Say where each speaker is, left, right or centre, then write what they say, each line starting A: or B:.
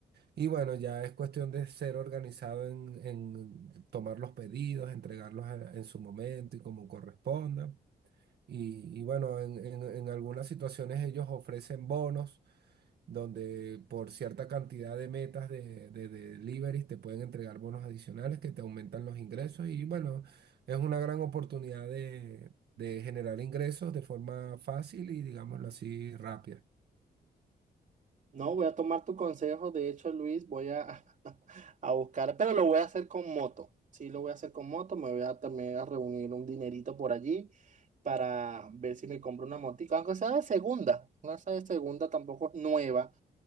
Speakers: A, on the right; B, on the right.
A: Y bueno, ya es cuestión de ser organizado en, en tomar los pedidos, entregarlos a- en su momento y como corresponda. Y, y bueno, en, en- en algunas situaciones ellos ofrecen bonos donde por cierta cantidad de metas de, de, de deliveries te pueden entregar bonos adicionales que te aumentan los ingresos. Y bueno, es una gran oportunidad de, de generar ingresos de forma fácil y digámoslo así, rápida.
B: No, voy a tomar tu consejo. De hecho, Luis, voy a, <laughs> a buscar, pero lo voy a hacer con moto. Sí, lo voy a hacer con moto. Me voy a también a reunir un dinerito por allí para ver si me compro una motica, aunque sea de segunda. No sea de segunda, tampoco es nueva,